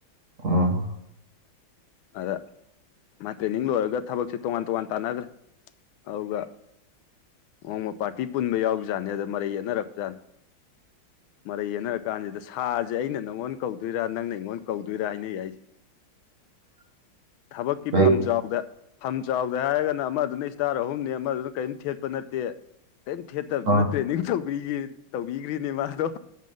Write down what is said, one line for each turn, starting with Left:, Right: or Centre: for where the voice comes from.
Right: ꯑꯣ
Left: ꯑꯗ ꯃꯥ ꯇ꯭ꯔꯦꯅꯤꯡ ꯂꯣꯏꯔꯒ ꯊꯕꯛꯁꯦ ꯇꯣꯉꯥꯟ ꯇꯣꯉꯥꯟ ꯇꯥꯟꯅꯈ꯭ꯔꯦ ꯑꯗꯨꯒ ꯅꯣꯡꯃ ꯄꯥꯔꯇꯤ ꯄꯨꯟꯕ ꯌꯥꯎꯖꯥꯠ ꯑꯗ ꯃꯔꯩ ꯌꯦꯠꯅꯛꯄꯖꯥꯠꯅꯤ ꯃꯔꯩ ꯌꯦꯟꯅꯔ ꯀꯥꯟꯁꯤꯗ ꯁꯥꯁꯦ ꯑꯩꯅ ꯅꯪꯉꯣꯟꯗ ꯀꯧꯗꯣꯏꯔꯥ ꯅꯪꯅ ꯑꯩꯉꯣꯟꯗ ꯀꯧꯗꯣꯏꯔꯥ ꯍꯥꯏꯅꯩꯏꯁꯦ
Right: <inaudible>
Left: ꯊꯕꯛꯀꯤ
Right: ꯀꯩ
Left: ꯐꯝꯖꯥꯎꯗ ꯐꯝ ꯆꯥꯎꯗꯦ ꯍꯥꯏꯔꯒꯅ ꯑꯃꯗꯨꯅ ꯏꯁꯇꯥꯔ ꯑꯍꯨꯝꯅꯤ ꯑꯃꯗꯨꯅ ꯀꯔꯤꯝ ꯊꯦꯠꯄ ꯅꯠꯇꯦ ꯀꯔꯤꯝ ꯊꯦꯠ ꯐꯠꯇꯕ
Right: ꯑꯥ
Left: ꯅꯠꯇꯦ ꯇꯧꯕꯤꯈ꯭ꯔꯤꯅꯦ ꯃꯥꯗꯣ